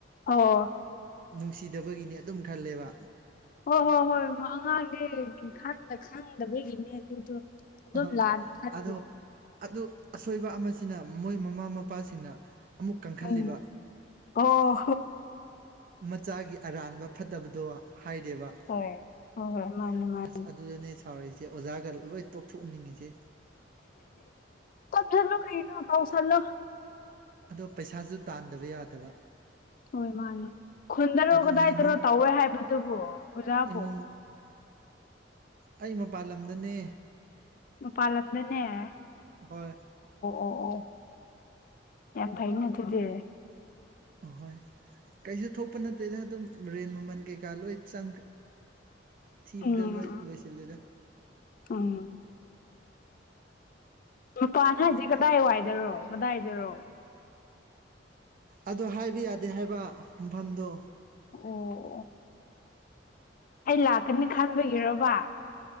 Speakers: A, on the left; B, on the right.
A: ꯑꯣ
B: ꯅꯨꯡꯁꯤꯗꯕꯒꯤꯅꯦ ꯑꯗꯨꯝ ꯈꯜꯂꯦꯕ
A: ꯍꯣꯏ ꯍꯣꯏ ꯍꯣꯏ ꯑꯉꯥꯡꯅꯦ ꯈꯪꯗ ꯈꯪꯗꯕꯒꯤꯅꯦ ꯑꯗꯨꯗꯣ ꯑꯗꯨꯝ
B: ꯑ
A: ꯂꯥꯥꯟꯅ ꯈꯟ
B: ꯑꯗꯣ ꯑꯗꯨ ꯑꯁꯣꯏꯕ ꯑꯃꯁꯤꯅ ꯃꯣꯏ ꯃꯃꯥ ꯃꯄꯥꯁꯤꯡꯅ ꯑꯃꯨꯛ ꯀꯟꯈꯠꯂꯤꯕ
A: ꯎꯝ ꯑꯣ
B: ꯃꯆꯥꯒꯤ ꯑꯔꯥꯟꯕ ꯐꯠꯇꯕꯗꯣ ꯍꯥꯏꯗꯦꯕ
A: ꯍꯣꯏ ꯍꯣ ꯍꯣꯏ ꯃꯥꯅꯦ ꯃꯥꯅꯦ
B: ꯑꯁ ꯑꯗꯨꯗꯅꯦ ꯁꯥꯎꯔꯤꯁꯦ ꯑꯣꯖꯥꯒ ꯂꯣꯏ ꯇꯣꯛꯊꯣꯛꯅꯤꯡꯉꯤꯁꯦ
A: ꯀꯣꯀꯊꯠꯂꯨ ꯀꯩꯅꯣ ꯇꯧꯁꯟꯂꯨ
B: ꯑꯗꯣ ꯄꯩꯁꯥꯁꯨ ꯇꯥꯟꯗꯕ ꯌꯥꯗꯕ
A: ꯍꯣꯏ ꯃꯥꯅꯦ ꯈꯨꯟꯗꯔꯣ
B: ꯑꯗꯨꯅ
A: ꯀꯗꯥꯏꯗꯔꯣ
B: ꯏꯃꯨꯡ
A: ꯇꯧꯋꯦ ꯍꯥꯏꯕꯗꯨꯕꯣ ꯑꯣꯖꯥꯕꯨ
B: ꯏꯃꯨꯡ ꯑꯩ ꯃꯄꯥꯟ ꯂꯝꯗꯅꯦ
A: ꯃꯄꯥꯅ ꯂꯝꯗꯅꯦ ꯑꯣ
B: ꯍꯣꯏ
A: ꯑꯣ ꯑꯣ ꯌꯥꯝ ꯐꯩꯅꯦ ꯑꯗꯨꯗꯤ
B: ꯑꯍꯣꯏ ꯀꯩꯁꯨ ꯊꯣꯛꯄ ꯅꯠꯇꯦꯗ ꯑꯗꯨꯝ ꯔꯦꯟ ꯃꯃꯜ ꯀꯩꯀꯥ ꯂꯣꯏ ꯆꯪ ꯊꯤꯕꯗ
A: ꯎꯝ
B: ꯂꯣꯏ ꯂꯣꯏꯁꯤꯂꯦꯗ
A: <unintelligible> ꯃꯄꯥꯟ ꯍꯥꯏꯁꯦ ꯀꯗꯥꯏ ꯋꯥꯏꯗꯔꯣ ꯀꯗꯥꯏꯗꯔꯣ
B: ꯑꯗꯣ ꯍꯥꯏꯕ ꯌꯥꯗꯦ ꯍꯥꯏꯕ ꯃꯐꯝꯗꯣ
A: ꯑꯣ ꯑꯩ ꯂꯥꯛꯀꯅꯤ ꯈꯟꯕꯒꯤꯔꯣꯕ